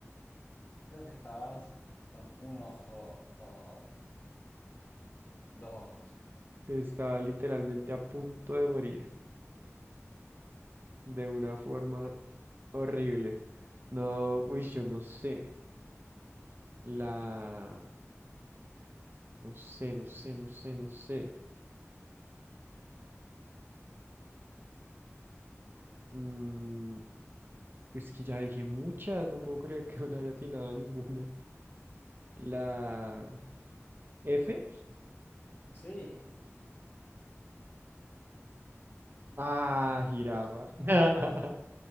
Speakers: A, on the left; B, on the right.
A: Creo que estabas con un ojo o dos ojos.
B: Estaba literalmente a punto de morir de una forma horrible. No, uy, yo no sé. La, no sé, no sé, no sé, no sé. Mm, pues que ya dije muchas, no puedo creer que no le haya atinado a ninguna. La F.
A: Sí,
B: Ah, jirafa. <laughs>